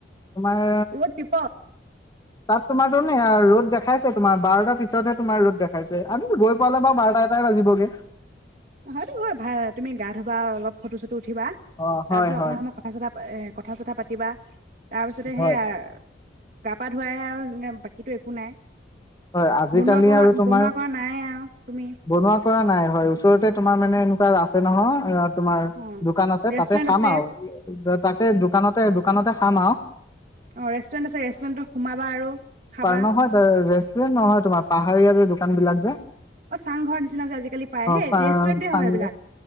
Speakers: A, on the left (about 20°); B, on the right (about 40°).
A: তোমাৰ,
B: ৰ'দ দিব
A: তাত তোমাৰতো নে ৰ'দ দেখাইছে তোমাৰ বাৰটা পিছতহে তোমাৰ ৰ'দ দেখাইছে। আমি গৈ পালে বাৰু। এ টাই বাজিব গে
B: হয়টো হয় ভাল তুমি গা ধুবা অলপ ফটো চুট উঠিবা
A: অ
B: তাৰপিছত
A: হয়
B: অকণমান
A: হয়
B: সময় কথা চথা এ কথা চথা পাতিবা। তাৰপিছতে
A: হয়
B: সেয়া, গা পা ধুৱাইে আওঁ বাকী একো নাই।
A: হয় আজিকালি
B: বনোৱা কলা
A: আৰু তোমাৰ।
B: বনোৱা কৰা নাই আৰু তুমি
A: বনোৱা কৰা নাই হয় ওচৰতে। তোমাৰ মানে এনেকুৱা আছে নহয়, তোমাৰ
B: অ
A: দোকান আছে
B: ৰেষ্টুৰেণ্ট
A: তাতে খাম
B: আছে
A: আৰু তাতে দোকানতে দোকানতে খাম আওঁ।
B: অ' ৰেষ্টুৰেণ্ট আছে ৰেষ্টুৰেণ্টত সোমাবা আৰু খাবা।
A: পা নহয় <unintelligible> নহয় তোমাৰ পাহাৰীয়া যে দোকানবিলাক যে। অ',
B: অ চাংঘৰ নিচিনা যে আজিকালি পায় সেই
A: ছা
B: ৰেষ্টুৰেণ্টে
A: চাং,
B: হয় এইবিলাক